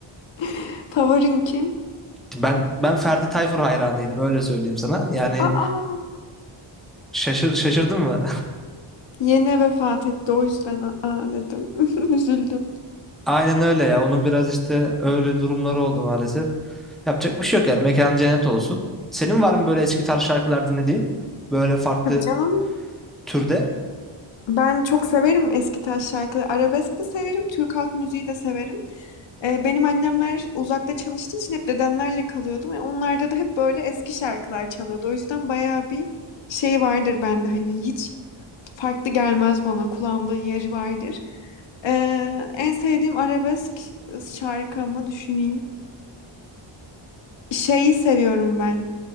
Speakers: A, on the left; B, in the centre.
A: <laughs> favorin kim?
B: Ben ben Ferdi Tayfur hayranıydım öyle söyleyeyim sana. Yani
A: Aa,
B: şaşır, şaşırdın mı?
A: yeni vefat etti o yüzden aa dedim. <laughs> Üzüldüm.
B: Aynen öyle ya. Onun biraz işte öyle durumları oldu maalesef. Yapacak bir şey yok yani. Mekan cennet olsun. Senin var mı böyle eski tarz şarkılar dinlediğin? Böyle farklı
A: Tabii canım
B: türde?
A: Ben çok severim eski taş şarkıları. Arabesk de severim, Türk halk müziği de severim. Ee, benim annemler uzakta çalıştığı için hep dedemlerle kalıyordum ve onlarda da hep böyle eski şarkılar çalıyordu. O yüzden bayağı bir şey vardır bende hani hiç farklı gelmez bana kulağımda yeri vardır. Ee, en sevdiğim arabesk şarkımı düşüneyim. Şeyi seviyorum ben.